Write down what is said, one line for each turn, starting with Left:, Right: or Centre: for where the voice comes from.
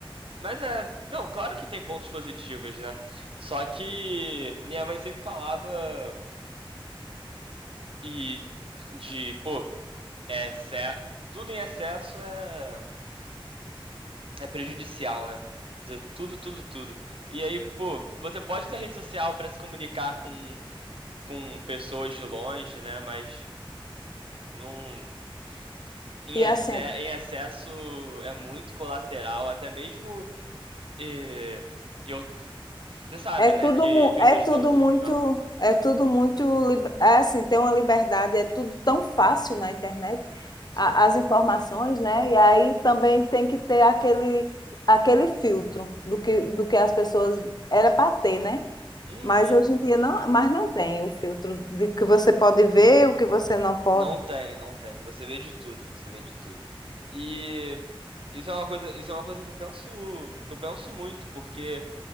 Right: Mas é, não, claro que tem pontos positivos, né? Só que minha mãe sempre falava e de, pô, é, ce- tudo em excesso é é prejudicial, né? De tudo, tudo, tudo. E aí, pô, você pode ter rede social para se comunicar com, com pessoas de longe, né? Mas não, em,
Left: E
Right: exce
Left: assim,
Right: em excesso é muito colateral. Até mesmo eh, eu, você sabe,
Left: é tudo,
Right: né? Que,
Left: mu-
Right: que eu
Left: é
Right: tô estudando.
Left: tudo muito,
Right: Ah,
Left: é tudo muito, lib- é assim, tem uma liberdade, é tudo tão fácil na internet,
Right: sim.
Left: a- as informações, né? E aí também tem que ter aquele, aquele filtro do que, do que as pessoas era para ter, né?
Right: Uhum.
Left: Mas hoje em dia não, mas não tem o filtro de que você pode ver, o que você não pode,
Right: Não tem, não tem. Você vê de tudo, você vê de tudo. E isso é uma coisa, isso é uma coisa que eu penso, que eu penso muito, porque